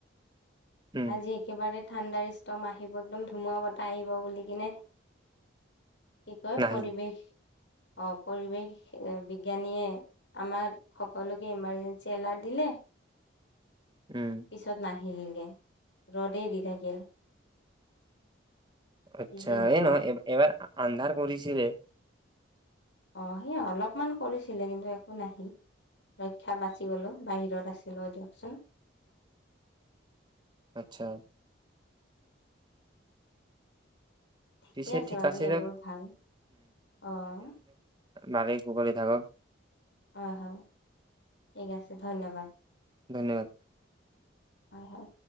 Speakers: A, on the right; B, on the left.
A: উম
B: আজি একেবাৰে থাণ্ডাৰষ্টৰ্ম আহিব, একদম ধুমুহা বতাহ আহিব বুলি কিনে কি কয়
A: নাহিল
B: পৰিৱেশ অ', পৰিৱেশ বিজ্ঞানীয়ে আমাক সকলোকে ইমাৰ্জেঞ্চি এলাৰ্ট দিলে
A: উম
B: পিছত নাই। <unintelligible> ৰ'দেই দি থাকিল।
A: আচ্্চা
B: কি যে হব
A: এই এবাৰ আন্ধাৰ কৰিছিলে।
B: আহ সেই অলপমান কৰিছিলে কিন্তু একো নাহিল ৰক্ষা বাচি গলো বাহিৰত আছিলো দিয়কচোন।
A: আচ্ছা।
B: ঠিকে
A: পিছে
B: আছে
A: ঠিক
B: বাৰু এইবোৰ
A: দিয়ক
B: ভাল, আহ।
A: নাৰী ককলি থাকক।
B: হয়, হয় ঠিক আছে ধন্যবাদ।
A: ধন্যবাদ
B: হয়, হয়।